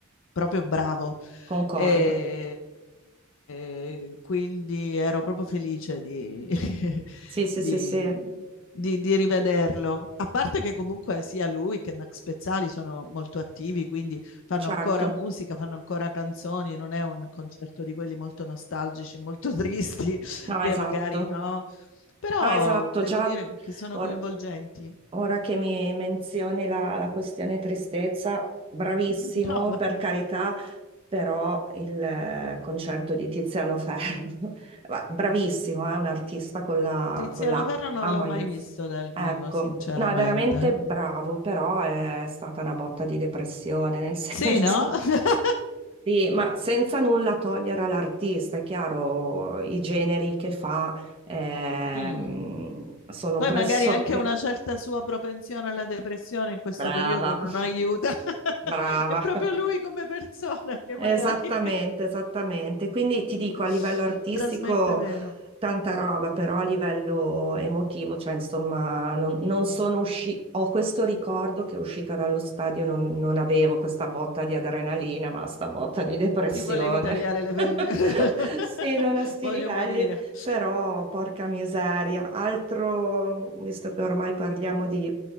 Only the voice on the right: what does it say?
Concordo.
Sì, sì,
sì, sì,
certo.
No,
esatto.
No, esatto,
già
or-
ora che mi menzioni la, la questione tristezza, bravissimo,
per carità, però il eh, concerto di Tiziano Ferro, <laughs> va- bravissimo, è un artista con la,
con la
A maius.
Ecco,
no, è veramente bravo, però è stata una botta di depressione, nel <laughs> senso...
Sì, ma senza nulla togliere all'artista, è chiaro, i generi che fa ehm,
sono
pressoché
brava,
<laughs> brava.
Esattamente, esattamente. Quindi ti dico,
a livello artistico
tanta roba, però a livello emotivo, cioè insomma, non, non sono uscita, ho questo ricordo che uscita dallo stadio non, non avevo questa botta di adrenalina, ma sta botta di depressione.
<laughs>
Sì, non a sti
livelli.
Però, porca miseria, altro, visto che ormai parliamo di,